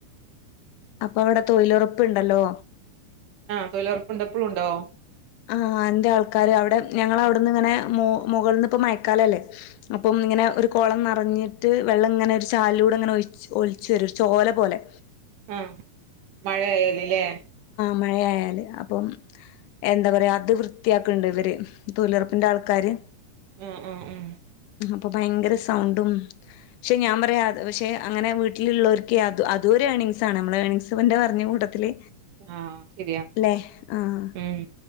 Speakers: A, on the left (about 85°); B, on the right (about 85°).
A: അപ്പോ അവിടെ തൊഴിലുറപ്പൊണ്ടല്ലോ
B: ആ തൊഴിലുറപ്പുണ്ടോ ഇപ്പഴും ഉണ്ടോ
A: ആ ഉണ്ട് ആൾക്കാരവിടെ ഞങ്ങളവിടുന്നിങ്ങനെ മു മു മുകളിലിപ്പോ മയക്കാലല്ലേ അപ്പം ഇങ്ങനെ ഒരു കൊളം ന റഞ്ഞിട്ട് വെള്ളമിങ്ങനെ ഒരു ചാലിലൂടെ ഇങ്ങനെ ഒലി ഒലിച്ച് വരും ഒരു ചോല പോലെ
B: ഉം മഴയാലിലെ
A: മയയായാലെ ആ ഇപ്പം എന്താ പറയാ അതു വൃത്തിയാക്കണുണ്ട് ഇവര് തൊഴിലുറപ്പിന്റെ ആൾക്കാര്
B: ഉം ഉം ഉം
A: ഇപ്പ ഭയങ്കര സൗണ്ടും പക്ഷേ ഞാൻ പറയാ പക്ഷെ അങ്ങിനെ വീട്ടിലുള്ളോർക്കേ അതുവരെ ഏർണിങ്സാണു നമ്മളെ ഏർണിങ്സിന്റെ പറഞ്ഞ കൂട്ടത്തില്
B: ആ ശരിയാ
A: ല്ലേ ആഹ്
B: ഉം